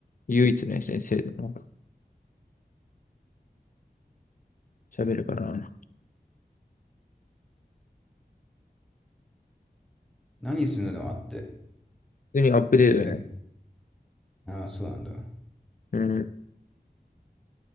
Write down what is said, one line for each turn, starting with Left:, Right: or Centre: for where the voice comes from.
Left: 唯一ね、先生でもなんか喋るから。
Centre: 何するのでもあって。
Left: 普通にアップデートだね。
Centre: 普通に。ああ、そうなんだ。
Left: うん。